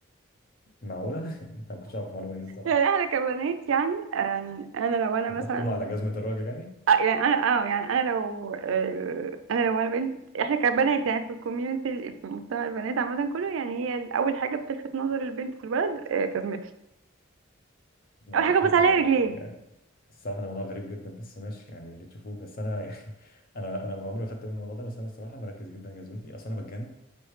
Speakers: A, on the left; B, on the right.
A: معقوله <laughs> انا ما كنتش اعرف المعلومه دي الصراحه
B: يعني احنا كبنات يعني آم، انا لو انا
A: بتحكم
B: مثلا
A: على جزمه الراجل يعني
B: آه، يعني انا اه يعني انا لو آه، انا لو انا بنت احنا كبنات يعني في الكوميونتي في مجتمع البنات عامه كله يعني هي ال- اول حاجه بتلفت نظر البنت في البلد آه، جزمتها
A: ما
B: اول حاجه ببص
A: شيء
B: عليها
A: يعني
B: رجليه
A: الصراحة ده موضوع غريب جدا بس ماشي يعني اللي تشوفوه بس أنا <laughs> يعني أنا أنا عمري ما خدت بالي من الموضوع ده بس أنا الصراحة بركز جدا على جزمتي أصل أنا بتجنن